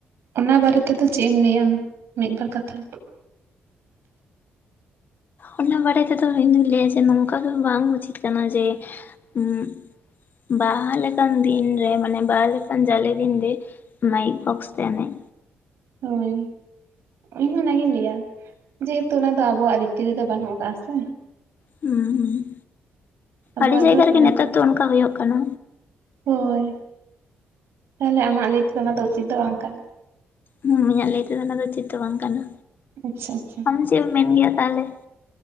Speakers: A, on the right (about 70°); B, on the left (about 50°).
A: ᱚᱱᱟ ᱵᱟᱨᱮ ᱛᱮᱫᱚ ᱪᱮᱫ ᱮᱢ ᱞᱟᱹᱭᱟ ᱢᱤᱫᱵᱟᱨ ᱠᱟᱛᱷᱟ?
B: ᱚᱱᱟ ᱵᱟᱨᱮ ᱛᱮᱫᱚ ᱤᱧᱫᱩᱧ ᱞᱟᱹᱭᱟ ᱡᱮ ᱱᱚᱝᱠᱟ ᱫᱚ ᱵᱟᱝ ᱩᱪᱤᱛ ᱠᱟᱱᱟ ᱡᱮ ᱩᱸᱜ, ᱵᱟᱦᱟ ᱞᱮᱠᱟᱱ ᱫᱤᱱ ᱨᱮ ᱢᱟᱱᱮ ᱵᱟᱦᱟ ᱞᱮᱠᱟᱱ ᱡᱟᱞᱮ ᱫᱤᱱ ᱨᱮ, ᱢᱟᱭᱤᱠ ᱵᱚᱠᱥ ᱛᱮ ᱮᱱᱮᱜ᱾
A: ᱦᱳᱭ, ᱤᱧᱦᱚ ᱚᱱᱟᱜᱤᱧ ᱞᱟᱹᱭᱟ ᱡᱮᱦᱮᱛᱩ ᱩᱱᱟ ᱫᱚ ᱟᱵᱚᱣᱟᱜ ᱨᱤᱛᱤ ᱨᱮᱫᱚ ᱵᱟᱹᱱᱩᱜ ᱟᱠᱟᱜ-ᱟ ᱥᱮ᱾
B: ᱦᱩᱸ ᱦᱩᱸ ᱦᱩᱸ
A: ᱟᱵᱚᱣᱟᱜ
B: ᱟᱹᱰᱤ ᱡᱟᱭᱜᱟ
A: ᱫᱚ ᱴᱟᱢᱟᱠ
B: ᱨᱮᱜᱮ ᱱᱮᱛᱟᱨ
A: ᱛᱩᱢᱫᱟᱜ
B: ᱫᱚ ᱚᱝᱠᱟ ᱦᱩᱭᱩᱜ ᱠᱟᱱᱟ᱾
A: ᱦᱳᱭ ᱛᱟᱦᱚᱞᱮ ᱟᱢᱟᱜ ᱞᱟᱹᱭ ᱛᱮᱫᱚ ᱚᱱᱟ ᱫᱚ ᱩᱪᱤᱛ ᱫᱚ ᱵᱟᱝ ᱠᱟᱱᱟ,
B: ᱦᱩᱸ ᱤᱧᱟᱜ ᱞᱟᱹᱭ ᱛᱮᱫᱚ ᱚᱱᱟ ᱫᱚ ᱩᱪᱤᱛ ᱫᱚ ᱵᱟᱝ ᱠᱟᱱᱟ᱾
A: ᱟᱪᱪᱷᱟ ᱟᱪᱪᱷᱟ,
B: ᱟᱢ ᱪᱮᱫ ᱮᱢ ᱢᱮᱱ ᱜᱮᱭᱟ ᱛᱟᱦᱚᱞᱮ